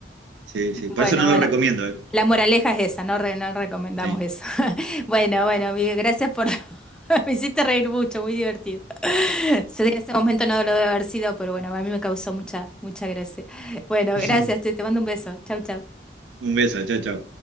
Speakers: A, on the right; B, in the centre.
A: Sí, sí, por
B: Bueno,
A: eso no
B: bueno.
A: lo recomiendo, eh.
B: La moraleja es esa, no, re- no recomendamos
A: Sí.
B: eso. <laughs> Bueno, bueno, amigo, gracias por... <laughs> Me hiciste reír mucho, muy divertido. <laughs> Yo sé que en ese momento no lo debe haber sido, pero bueno, a mí me causó mucha, mucha gracia. Bueno,
A: <laughs>
B: gracias, te, te mando un beso. Chau, chau.
A: Un beso, chao, chao.